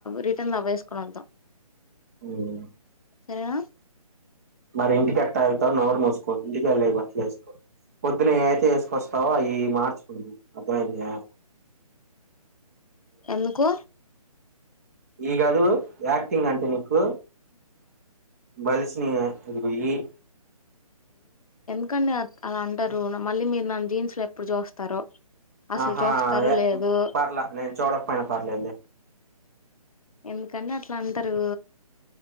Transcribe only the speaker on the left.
రిటర్న్ అవేసుకొనొద్దం
సరేనా
ఎందుకు
అందుకని అలా అంటారు మళ్ళీ మీరు నన్ను జీన్స్లు ఎప్పుడు చూస్తారో అసలు
చూస్తారో లేదు
ఎందుకండి అట్లా అంటారు